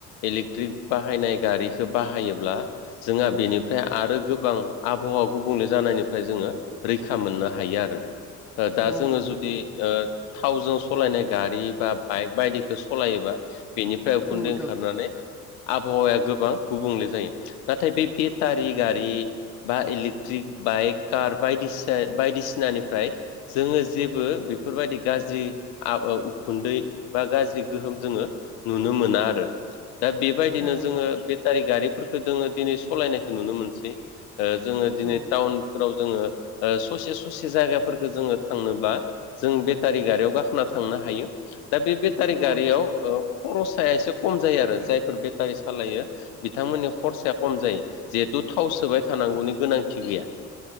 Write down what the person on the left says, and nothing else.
इलेकट्रिक बाहायनाय गारिखो बाहायोब्ला जोङा बेनिफ्राय आरो गोबां आबहावा गुबुंले जाना <unintelligible>
थावजों सलायनाय गारि बा बाइक बायदिखो सलायोबा बेनिफ्राय उखुन्दै
ओंखारनानै आबहावाया गोबां गुबुंले जायो नाथाय बे बेटारि गारि बा इलेकट्रिक बाइक कार बायदिसिया बायदिसिनानिफ्राय जोङो जेबो बेफोरबायदि गाज्रि आब ओ उखुन्दै बा गाज्रि गोहोम जोङो नुनो मोना आरो दा बेबायदिनो
जोङो बेटारि गारिफोरखो दोङो दिनै सलायनायखो नुनो मोनसै ओ जोङो दिनै
टाउनफोराव जोङो ओस ससे ससे जायगाफोरखो जोङो थांनोब्ला जों बेटारि गारियाव गाखोना थांनो हायो दा बे बेटारि
गारियाव ओ खर'साया एसे कम जायो आरो जायफोर बेटारि सालायो बिथांमोननि खरसाया कम जायो जिहेतु थाव सोबाय थानांगौनि गोनांथि गैया